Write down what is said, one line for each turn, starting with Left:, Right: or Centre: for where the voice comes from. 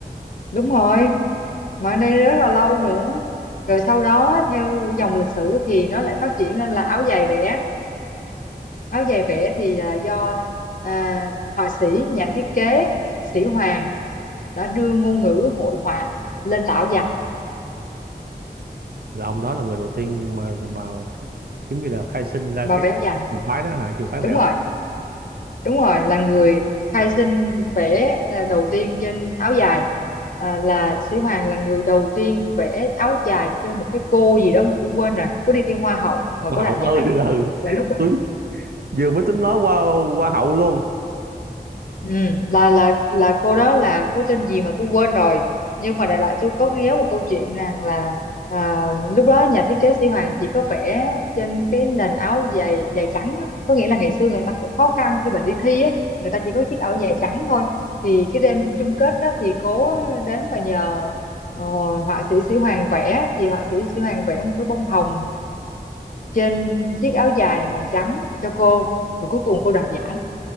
Left: đúng rồi mà ở đây rất là lâu nữa rồi sau đó theo dòng lịch sử thì nó lại phát triển lên là áo dài vẽ áo dài vẽ thì là do à, họa sĩ nhà thiết kế sĩ Hoàng đã đưa ngôn ngữ hội họa lên tà áo dài
Right: là ông đó là người đầu tiên mà mà giống như là khai sinh ra
Left: mà
Right: cái
Left: vẽ áo dài
Right: trường phái đó hả trường phái
Left: đúng
Right: vẽ ốc
Left: rồi
Right: biển.
Left: đúng rồi là người khai sinh vẽ à, đầu tiên trên áo dài à, là Sĩ Hoàng là người đầu tiên vẽ áo dài cho một cái cô gì đó mà tôi quên rồi cô đi thi hoa hậu mà
Right: hoa
Left: cô đạt
Right: hậu
Left: giải
Right: ơi là
Left: là lúc đó
Right: tôi vừa mới tính nói qua hoa hậu luôn
Left: Ừ, là là là cô đó là cô tên gì mà tôi quên rồi nhưng mà đại loại tôi có nhớ một câu chuyện rằng là à, lúc đó nhà thiết kế Sĩ Hoàng chỉ có vẽ trên cái nền áo dài dài trắng á. có nghĩa là ngày xưa người ta cũng khó khăn khi mà đi thi á người ta chỉ có chiếc áo dài trắng thôi thì cái đêm chung kết đó thì cô đến và nhờ ờ, họa sĩ Sĩ Hoàng vẽ thì họa sĩ Sĩ Hoàng vẽ một cái bông hồng trên chiếc áo dài màu trắng cho cô rồi cuối cùng cô đoạt giải